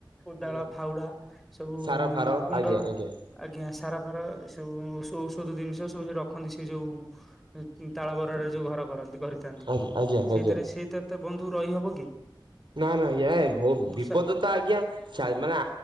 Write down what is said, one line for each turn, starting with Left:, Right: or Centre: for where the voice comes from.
Centre: କୋଦାଳ
Right: ଆଜ୍ଞା
Centre: ଫାଉଡା ସବୁ-ଉ-ଉ-ଉ
Right: ସାର ଫାର
Centre: କୁଣ୍ଡ।
Right: ଆଜ୍ଞା ଆଜ୍ଞା
Centre: ଆଜ୍ଞା ସାର ଫାର ଏ ସବୁ ଔଷ ଔଷଧ ଜିନିଷ ସବୁ ଯେ ରଖନ୍ତି ସେ ଯୋଉ। <unintelligible> ତାଳ ବରରେ ଯୋଉ ଘର କରନ୍ତି କରିଥାନ୍ତି
Right: ଆଜ୍ଞା ଆଜ୍ଞା
Centre: ସେଇଥିରେ
Right: ଆଜ୍ଞା
Centre: ସେଇଥିର ତ ବନ୍ଧୁ ରହିହବ କି?
Right: ନା ନା ୟା ବହୁତ୍
Centre: ବର୍ଷା
Right: ବିପଦ ତ ଆଜ୍ଞା ଛା ମାନା